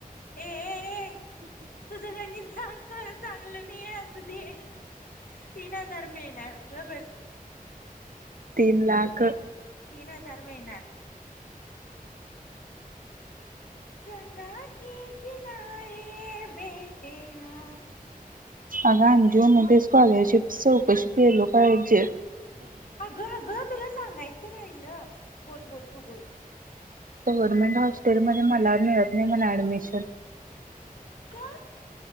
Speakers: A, on the left (about 65°); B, on the right (about 65°).
A: ए ए ए तुझ गणित सांग खरंच चांगलं नाहीये असं दे तीन हजार मिळणार ग बस
B: तीन लाख
A: न हजार मिळणारं गंगा की किनारे बैठे हा
B: अग अंजू म ते स्कॉलरशिपच चौकशी केलो पाहिजे
A: अगं अगं तुला सांगाय तर राहिल बोल बोल तू बोल
B: गव्हर्मेंट हॉस्टेलमध्ये मला मिळत नाही म्हणा ऍडमिशन
A: का